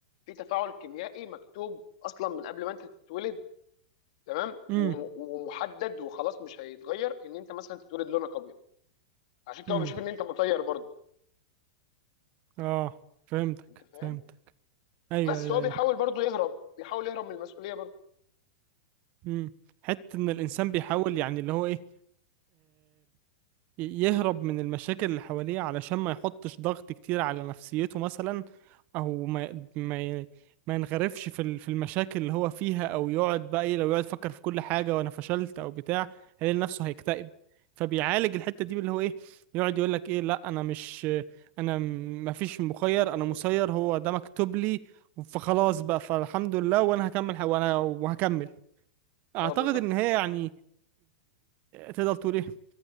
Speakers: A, on the left; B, on the right.
A: في تفاعل كيميائي مكتوب اصلا من قبل ما انت تتولد تمام
B: امم
A: وم- ومحدد وخلاص مش هيتغير ان انت مثلا تتولد لونك ابيض عشان كده
B: امم
A: هو بيشوف ان انت مطير برضه
B: آه فهمتك
A: انت فاهم
B: فهمتك أيوه
A: بس
B: أيوه
A: هو بيحاول
B: أيوه
A: برضه يهرب بيحاول يهرب من المسؤوليه برضه
B: امم حتة إن
A: انت
B: الإنسان بيحاول يعني اللي هو إيه ي- يهرب من المشاكل اللي حواليه علشان ما يحطش ضغط كتير على نفسيته مثلا او ما ي- ما ي- ما ينغرفش في ال- في المشاكل اللي هو فيها او يقعد بقى ايه لو يقعد يفكر في كل حاجه وانا فشلت او بتاع هيلاقي نفسه هيكتئب فبيعالج الحته دي اللي هو ايه يقعد يقول لك ايه لا انا مش انا ما فيش مخير
A: مش مسؤول
B: انا مسير هو ده مكتوب لي فخلاص بقى فالحمد لله وانا هكمل وانا وهكمل اعتقد
A: اه بالظبط
B: ان هي يعني تقدر تقول ايه